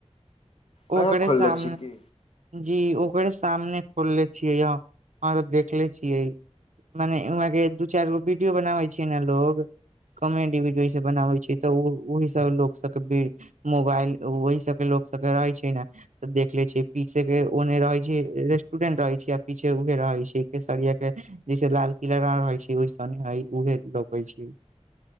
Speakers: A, on the left; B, on the right.
A: अहेँ
B: ओकरे
A: खोलले
B: सामने।
A: छी की
B: जी ओकरे सामने खोलले छियै हम अहाँ तऽ देखले छियै। माने उहाँ के दू चैर गो वीडियो बनाबे छियै ने लोग। कमेडी वीडियो इ सब बनावे छैै, तऽ ओहि सब लोक सब के। मोबाइल ओहि सबके लोक सबके रहै छै ने। तऽ देखले छीय पीछे के ओने रहै छै रेस्टोरेंट रहै छै, आ पीछे उहे रहै छै केसरिया के। जैसे लाल किला ना रहै छै ओय सने है उहे रोपै छै।